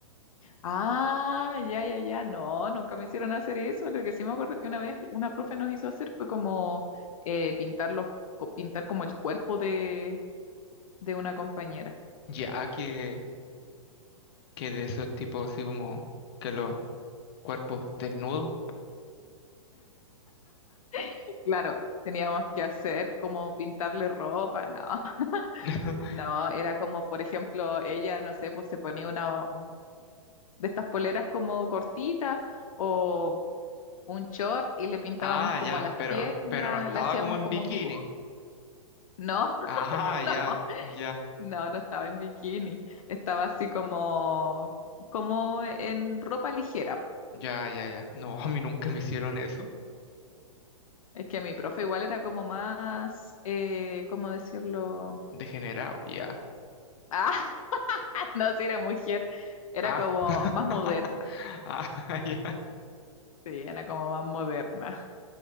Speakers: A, on the left; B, on the left.
A: Ah, ya, ya, ya. No, nunca me hicieron hacer eso. Lo que sí me acuerdo que una vez una profe nos hizo hacer fue como eh, pintar los, co- pintar como el cuerpo de, de una compañera.
B: Ya que, que de esos tipos así como que los cuerpos desnudos.
A: <laughs> Claro, teníamos que hacer como pintarle ropa, no. <laughs>
B: <laughs>
A: No, era como, por ejemplo, ella, no sé, pues se ponía una un- de estas poleras como cortitas o un short y le pintábamos
B: Ah,
A: como
B: ya,
A: las
B: pero,
A: piernas,
B: pero no estaba
A: le hacíamos
B: como en
A: como
B: bikini.
A: un dibujo. No, <laughs>
B: Ah, ya,
A: no,
B: ya,
A: no, no estaba en bikini, estaba así como, como en ropa ligera.
B: ya, ya, ya. No, a mí nunca me hicieron eso.
A: Es que mi profe igual era como más, eh, ¿cómo decirlo?
B: Degenerado, ya.
A: Ah, <laughs> no, si era mujer, era
B: Ah,
A: como
B: <laughs>
A: más moderna.
B: ah, ya.
A: Sí, era como más moderna.